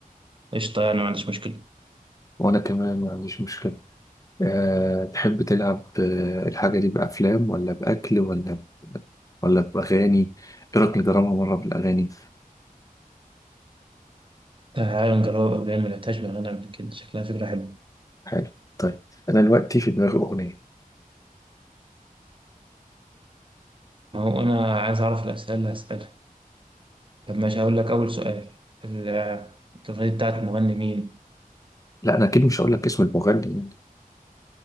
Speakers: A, on the right; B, on the left.
A: فقشطة يعني ما عنديش مجمشكلة
B: وانا كمان ما عنديش مشكله أه تحب تلعب أه الحاجة دي بأفلام ولا بأكل ولا ولا بأغاني ايه رأيك نجربها مرة بالأغاني
A: تعالى نجربها قبل ما لقيتهاش بأغاني قبل كده شكلها فكرة حلوة
B: حلو طيب انا دلوقتي في دماغي أغنية
A: ما هو أنا عايز أعرف الأسئلة اللي هسألها طب ماشي هقول لك أول سؤال ال- الأغنية دي بتاعت مغني مين؟
B: لا انا اكيد مش هقول لك اسم المغني يعني